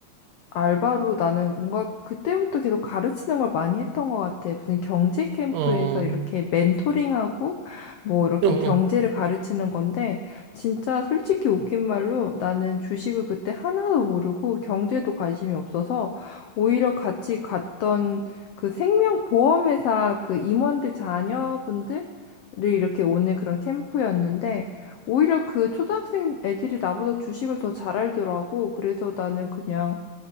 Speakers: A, on the left; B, on the right.
A: 알바로 나는 뭔가 그때부터 계속 가르치는 걸 많이 했던 것 같아. 무슨 경제 캠프에서
B: 어, 어,
A: 이렇게 멘토링하고 뭐 이렇게
B: 어.
A: 경제를 가르치는 건데 진짜 솔직히 웃긴 말로 나는 주식을 그때 하나도 모르고 경제도 관심이 없어서 오히려 같이 갔던 그 생명보험회사 그 임원들 자녀분들 를 이렇게 오는 그런 캠프였는데 오히려 그 초등학생 애들이 나보다 주식을 더 잘 알더라고. 그래서 나는 그냥